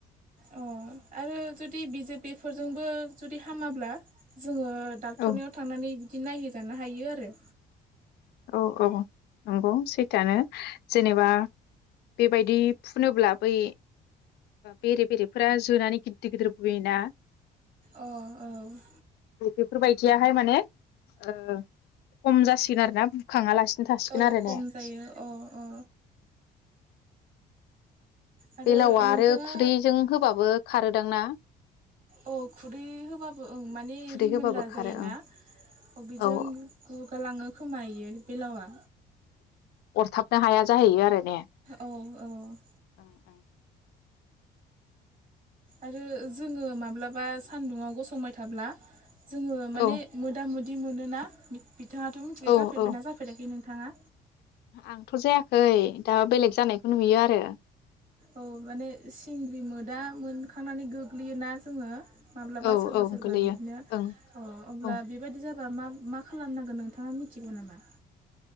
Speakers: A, on the right; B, on the left.
A: अ आरो जुदि बिजेपिफोरजोंबो जुदि हामाब्ला जोङो डाक्टरनियाव
B: औ
A: थांनानै बिदि नायहोजानो हायो आरो
B: औ औ। नंगौ सैथोआनो जेनेबा बेबायदि फुनोब्ला बै बेरे बेरेफोरा जोनानै गिददिर गिदिर बुयोना
A: औ औ।
B: बेफोरबायदियाहाय माने खम जासिगोन आरोना? बुखाङालासिनो थासिगोन
A: औ
B: आरो
A: खम
B: ने
A: जायो औ औ। आरो
B: बे लावआ
A: नोंथाङा
B: आरो खुदैजों होबाबो खारो ना
A: अ खुदै होबाबो ओं माने
B: खुदै
A: रिमोनला
B: होबाबो खारो
A: जायोना
B: ओं
A: अ बेजों
B: औ
A: गुगालाङो खोमायो बे लावा
B: अरथाबनो हाया जाहैयो आरो ने
A: औ औ
B: <inaudible>
A: आरो जोङो माब्लाबा सान्दुङआव गसंबाय थाब्ला जोङो माने
B: ओं
A: मोदा म बिदि मोनोना बिथाङाथ' मिथिखया
B: औ
A: जाफेरबायना
B: औ
A: जाफेराखै नों नोंथाङा
B: आंथ' जायाखै दा बेलेग जानायखौ नुयो आरो
A: औ माने सिंग्रि मोदा मोनखांनानै गोग्लैयोना जोङो माब्लाबा
B: औ
A: सोरबा
B: औ
A: सोरबा
B: गोलैयो
A: बिदिनो अ
B: ओं
A: अब्ला
B: औ
A: बेबायदि जाबाय हबा मा मा खालामनांगोन नोंथाङा मिथिगौ नामा